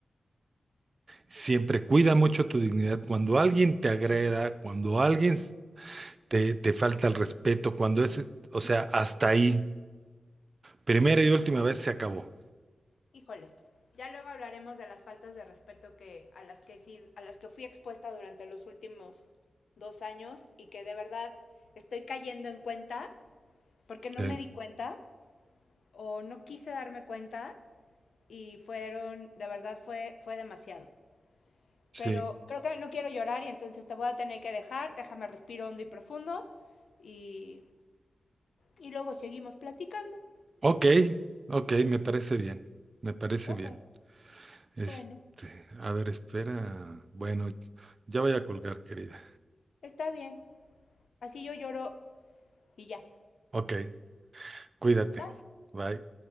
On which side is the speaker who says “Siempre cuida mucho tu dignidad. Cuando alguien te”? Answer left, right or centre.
Right